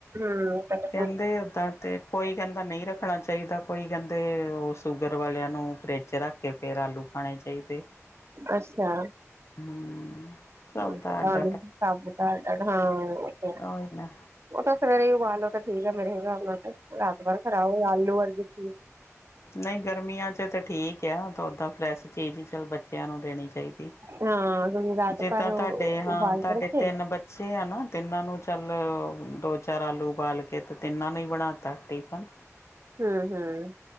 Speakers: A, on the right; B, on the left.
A: ਹੂੰ।
B: ਕੈਂਦੇ ਔਦਾਂ ਤੇ ਕੋਈ ਕੈਂਦਾ ਨਈ ਰੱਖਣਾ ਚਾਈਦਾ ਕੋਈ ਕੈਂਦੇ ਔ ਸ਼ੂਗਰ ਵਾਲਿਆਂ ਨੂੰ ਫ੍ਰਿਜ 'ਚ ਰੱਖ ਕੇ ਫਿਰ ਆਲੂ ਖਾਣੇ ਚਾਹੀਦੇ।
A: ਅੱਛਾ।
B: ਹੂੰ।
A: <unintelligible>
B: ਸਭ ਦਾ ਅੱਡ
A: ਪਤਾ ਨਈ, <unintelligible> ਹਾਂ।
B: ਔ ਈ ਨਾ।
A: ਔ ਤਾਂ ਸਵੇਰੇ ਈ ਉਬਾਲ ਲੋ ਤਾ ਠੀਕ ਐ ਮੇਰੇ ਹਿਸਾਬ ਨਾਲ ਤੇ ਰਾਤ ਭਰ ਖਰਾਬ <unintelligible> ਆਲੂ ਵਰਗੀ ਚੀਜ
B: ਨਈ ਗਰਮੀਆਂ 'ਚ ਤ ਠੀਕ ਐ ਤਾਂ ਔਦਾਂ ਫਰੈਸ਼ ਚੀਜ਼ ਹੀ ਫੇਰ ਬੱਚਿਆਂ ਨੂੰ ਦੇਣੀ ਚਾਈਦੀ।
A: ਹਾਂ ਕਿਉਂਕਿ ਰਾਤ
B: ਜਿੱਦਾਂ
A: ਭਰ
B: ਤੁਹਾਡੇ
A: ਉਬਾਲ
B: ਹਾਂ, ਤਾਡੇ
A: ਕੇ ਰੱਖੇ
B: ਤਿੰਨ ਬੱ ਚਿਆਂ ਨੂੰ, ਤਿੰਨਾਂ ਨੂੰ ਚੱਲ ਦੋ-ਚਾਰ ਆਲੂ ਉਬਾਲ ਕੇ ਤੇ ਤਿੰਨਾਂ ਨੂੰ ਈ ਬਣਾ ਤਾ। ਟਿਫਨ
A: ਹਮ ਹਮ